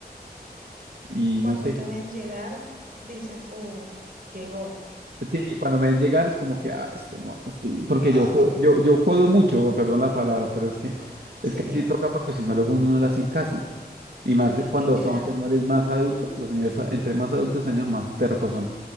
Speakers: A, on the right; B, on the right.
A: Y
B: cuando
A: no sé,
B: te ven llegar, dicen, uy, llegó.
A: Sí, cuando me ven llegar es como que, ah, este moto, sí, porque
B: Ay,
A: yo, jo- yo, yo jodo mucho, perdón la palabra, pero es que,
B: sí,
A: es que así toca porque si no luego uno no le hacen caso. Y más
B: es
A: eh, cuando
B: que claro.
A: son señores más adultos, los señores, a- entre más adultos, señor, más tercos son.